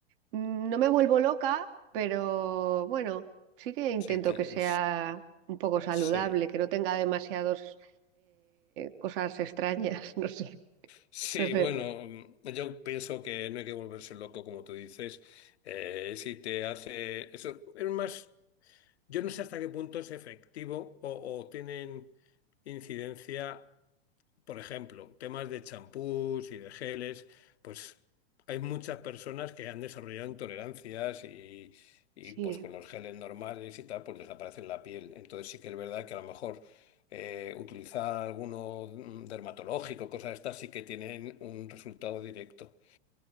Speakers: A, on the right; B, on the left.
A: mm, no me vuelvo loca, pero bueno, sí que intento
B: Sí, te-
A: que sea un poco saludable,
B: sí.
A: que no tenga demasiadas cosas extrañas, <laughs> no sé,
B: Sí,
A: no sé.
B: bueno, mm, yo pienso que no hay que volverse loco, como tú dices. Eh, si te hace. Eso es más. Yo no sé hasta qué punto es efectivo o, o tienen incidencia Por ejemplo, temas de champús y de geles, pues hay muchas personas que han desarrollado intolerancias y, y,
A: Sí,
B: pues con los geles normales y tal, pues desaparecen la piel. Entonces sí que es verdad que a lo mejor eh, utilizar alguno mm, dermatológico, cosas estas, sí que tienen un resultado directo.